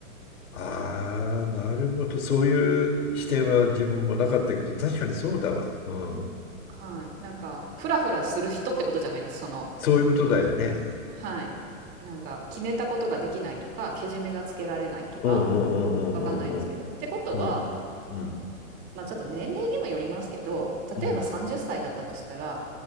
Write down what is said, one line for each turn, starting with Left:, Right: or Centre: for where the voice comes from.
Left: ああ、なるほど。そういう視点は自分もなかったけど、確かにそうだわ。うん。
Right: はい。なんか、フラフラする人ってことじゃないです、その
Left: そういうことだよね。
Right: はい。なんか、決めたことができないとか、けじめがつけられないとか、
Left: うんうんうんうんうん
Right: わかんないですけど。ってことは、
Left: うんうん
Right: ま、ちょっと年齢にもよりますけど、
Left: うんうん
Right: 例えば30歳だったとしたら、